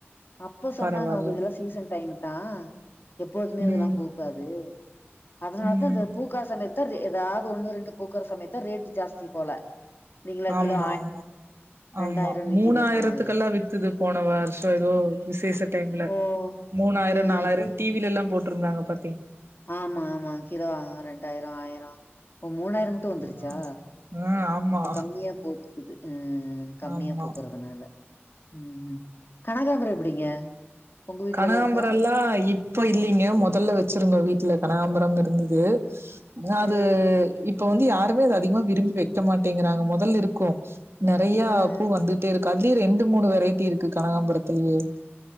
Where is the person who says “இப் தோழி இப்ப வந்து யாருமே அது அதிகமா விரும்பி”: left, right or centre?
Right